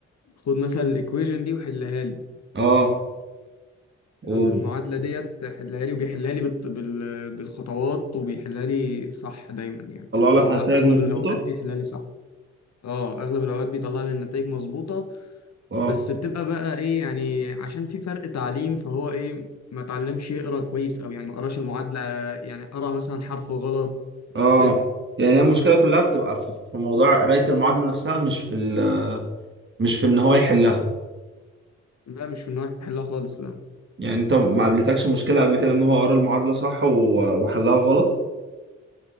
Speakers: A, on the left; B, on the right.
A: خد مثلا الإيكويجن دي وحلها لي
B: اه وبيطلع
A: خد المعادلة ديت حلها لي وبيحلها لي بالط- بال- بالخطوات وبيحلها لي صح دايما يعني
B: لك
A: أو
B: نتائج
A: أغلب
B: مظبوطة
A: الأوقات بيحلها لي صح اه اغلب الاوقات بيطلع لي النتائج مظبوطه
B: اه
A: بس بتبقى بقى ايه يعني عشان في فرق تعليم فهو ايه ما اتعلمش يقرا كويس او يعني ما قراش المعادله يعني قرا مثلا حرف غلط
B: اه
A: كده
B: يعني هي المشكله كلها بتبقى في في موضوع قرايه المعادله نفسها مش في ال- مش في ان هو يحلها
A: لا مش في النوع يحلها خالص لا
B: يعني انت ما قابلتكش مشكله قبل كده ان هو قرا المعادله صح و- وحلها غلط